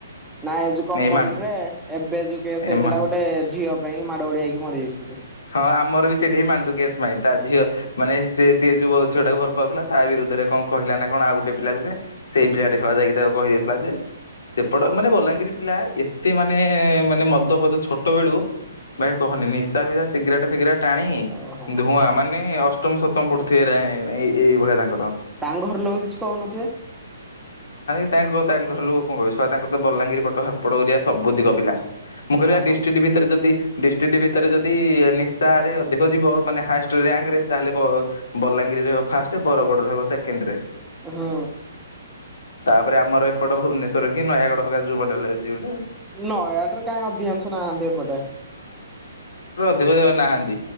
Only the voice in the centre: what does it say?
ନାଇଁ ଯୋଉ କମଣ୍ଡ
ରେ ଏବେ ଯୋଉ କେସ ହେଇଥିଲା
ଗୋଟେ ଝିଅ ପାଇଁ ମାଡ ଗୋଲଆ ହେଇକି ମରିଯାଇଛି
ଓହୋ
ତାଙ୍କ ଘର ଲୋକ କିଛି କହୁନଥିବେ।
ଓହୋ
ହୁଁ।
ନୟାଗଡ଼ ରେ କାଇଁ ଅଧିକାଂଶ ନାହାନ୍ତି ଏପଟେ।